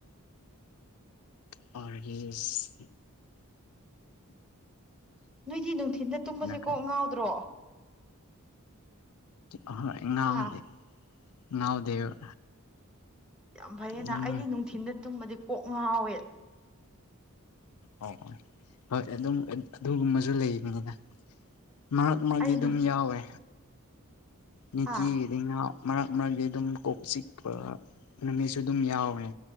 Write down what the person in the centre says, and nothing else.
ꯅꯣꯏꯗꯤ ꯅꯨꯡꯊꯤꯟꯗ ꯇꯨꯝꯕꯁꯦ
ꯀꯣꯛ ꯉꯥꯎꯗ꯭ꯔꯣ꯫
ꯍꯥ
ꯌꯥꯝ ꯐꯩꯌꯦꯅ
ꯑꯩꯗꯤ ꯅꯨꯡꯊꯤꯟꯗ ꯇꯨꯝꯕꯗꯤ ꯀꯣꯛ ꯉꯥꯎꯋꯦ꯫
ꯑꯩꯅ
ꯍꯥ